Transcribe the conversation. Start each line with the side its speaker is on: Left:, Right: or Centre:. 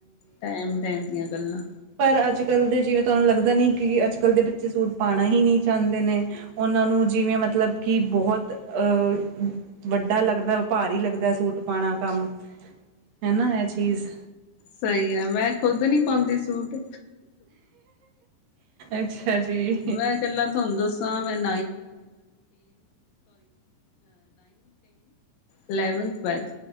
Left: ਟਾਈਮ ਟਾਈਮ ਦੀਆਂ ਗੱਲਾਂ।
Right: ਪਰ ਅੱਜ-ਕੱਲ ਦੇ ਜਿਵੇਂ ਤੁਹਾਨੂੰ ਲੱਗਦਾ ਨੀ ਕਿ ਅੱਜ ਕੱਲ੍ਹ ਦੇ ਬੱਚੇ ਸੂਟ ਪਾਣਾ ਹੀ ਨਹੀਂ ਚਾਹੁੰਦੇ ਨੇ। ਉਹਨਾਂ ਨੂੰ ਜਿਵੇਂ ਮਤਲਬ ਕਿ ਬੋਹਤ ਅ ਵੱਡਾ ਲੱਗਦਾ ਭਾਰੀ ਲੱਗਦਾ ਸੂਟ ਪਾਣਾ ਕੰਮ ਹੈਨਾ ਇਹ ਚੀਜ਼
Left: ਸਹੀ ਹੈ ਮੈਂ ਖੁੱਦ ਨੀ ਪਾਂਦੀ ਸੂਟ
Right: ਅੱਛਾ ਜੀ
Left: ਮੈਂ ਇਕਲਾ ਤੁਹਾਨੂੰ ਦੱਸ <unintelligible> <unintelligible> ਇਲੈਂਵਥ, ਟਵੈਲਥ